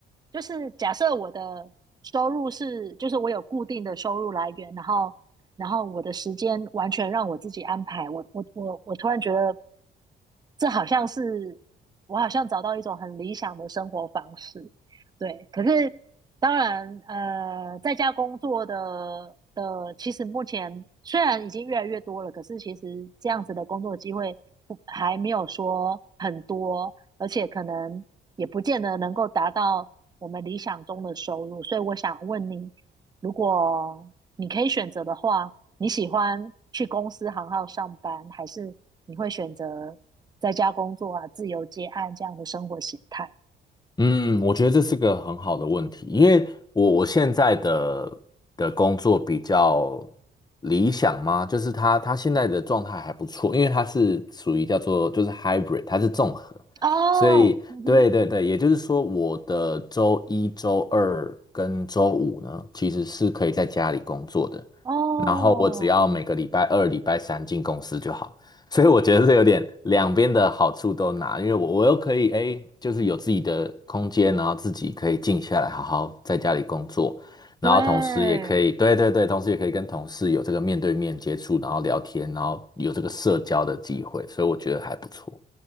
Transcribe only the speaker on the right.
就是假设我的收入是，就是我有固定的收入来源，然后，然后我的时间完全让我自己安排，我我我我突然觉得，这好像是我好像找到一种很理想的生活方式，对。可是当然，呃，在家工作的的，其实目前虽然已经越来越多了，可是其实这样子的工作机会不还没有说很多，而且可能也不见得能够达到我们理想中的收入。所以我想问你，如果你可以选择的话，你喜欢去公司行号上班，还是你会选择在家工作啊、自由接案这样的生活形态？
哦，
嗯哼。
哦，
对